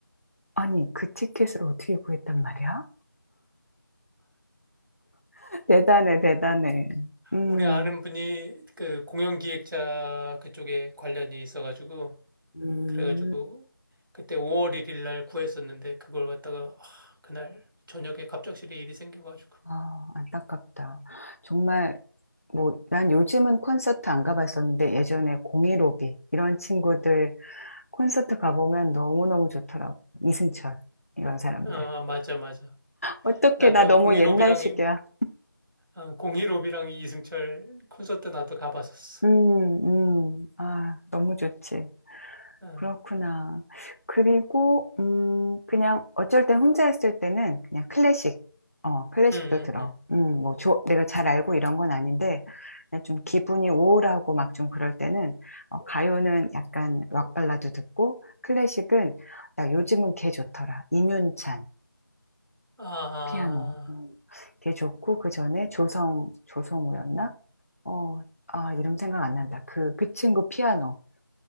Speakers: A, on the left; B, on the right.
A: 아니, 그 티켓을 어떻게 구했단 말이야? <laughs> 대단해, 대단해. 음.
B: 우리 아는 분이 그 공연 기획자 그쪽에 관련이 있어가지고,
A: 음,
B: 그래가지고, 그때 5월 1일 날 구했었는데, 그걸 갖다가, 아, 그날 저녁에 갑작스레 일이 생겨가지고.
A: 아, 안타깝다. 정말,
B: 응.
A: 뭐, 난 요즘은 콘서트 안 가봤었는데, 예전에 공이로비, 이런 친구들 콘서트 가보면 너무너무 좋더라고. 이승철, 이런 사람들.
B: 아, 맞아, 맞아.
A: 어떻게
B: 나도
A: 나 너무
B: 공일오비랑,
A: 옛날식이야.
B: 어, 공일오비랑 이승철 콘서트 나도 가봤었어.
A: 음, 음. 아, 너무 좋지.
B: 응,
A: 그렇구나. 그리고, 음, 그냥 어쩔 땐 혼자 있을 때는 그냥 클래식. 어, 클래식도
B: 응,
A: 들어.
B: 응. 응.
A: 음, 뭐, 조, 내가 잘 알고 이런 건 아닌데, 그냥 좀 기분이 우울하고 막 좀 그럴 때는, 어, 가요는 약간 락 발라드 듣고, 클래식은, 나 요즘은 걔 좋더라. 임윤찬.
B: 아.
A: 피아노. 음, 그게 좋고 그 전에 조성 조성우였나? 어, 아 이름 생각 안 난다. 그 그 친구 피아노